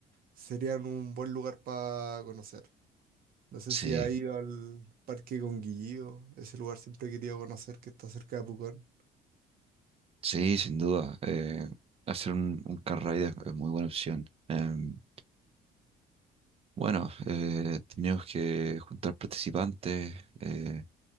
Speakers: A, on the right (about 60°); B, on the right (about 35°).
A: serían un buen lugar para conocer. No sé
B: Sí,
A: si ha ido al Parque Conguillío ese lugar siempre he querido conocer que está cerca de Pucón.
B: sí, sin duda. eh, hacer un, un car ride es, es muy buena opción. Em, bueno, eh, tenemos que juntar participantes, eh,